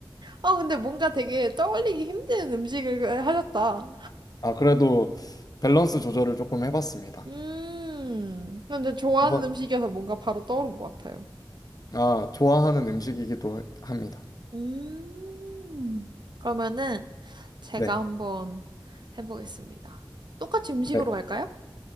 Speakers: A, on the right; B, on the left.
A: 아, 근데 뭔가 되게 떠올리기 힘든 음식을 그, 하셨다.
B: 아, 그래도 밸런스 조절을 조금 해봤습니다.
A: 음, 근데 좋아하는
B: 이번
A: 음식이어서 뭔가 바로 떠오른 것 같아요.
B: 아, 좋아하는 음식이기도 합니다.
A: 음. 그러면은 제가
B: 네,
A: 한번 해보겠습니다. 똑같이 음식으로
B: 네,
A: 갈까요?